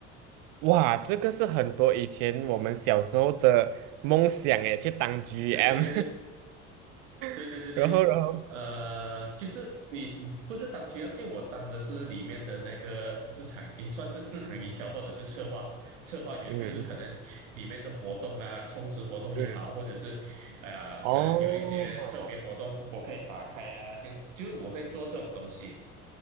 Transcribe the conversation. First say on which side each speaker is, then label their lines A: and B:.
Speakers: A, on the right; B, on the right.
A: 哇，这个是很多以前我们小时候的梦想诶，去当 GM，
B: 对对对对对对对对，
A: <laughs> 然后，然后，
B: 呃，就是你不是当 GM，因为我当的是里面的那个市场，也算是市场营销或者是策划策划员，
A: 嗯嗯
B: 就是可能里面的活动啊，充值活动也好，
A: 嗯，
B: 或者是啊、呃可能有一些特别活动我可以打开啊，
A: 哦
B: 这样子，就是我会做这种东西。